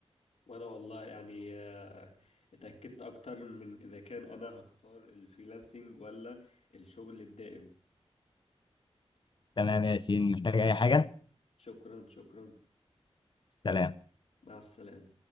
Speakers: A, on the left; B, on the left.
A: وانا والله يعني آه، اتأكدت اكتر من اذا كان انا هختار الفريلانسنج ولا الشغل الدائم
B: تمام يا ياسين محتاج أي حاجة؟
A: شكرا شكرا
B: سلام
A: مع السلامة